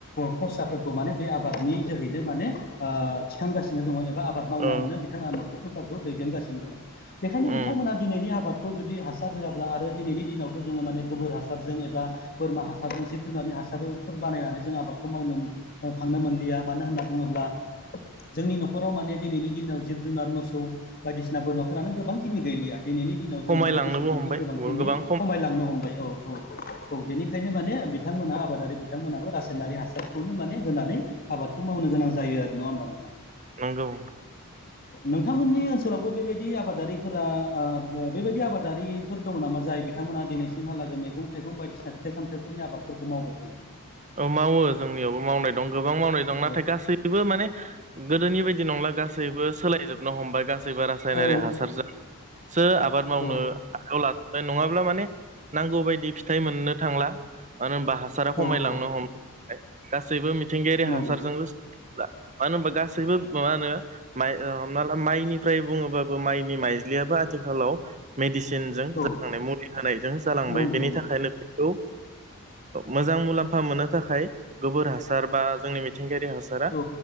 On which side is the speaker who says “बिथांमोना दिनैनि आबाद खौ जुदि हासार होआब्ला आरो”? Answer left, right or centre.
Left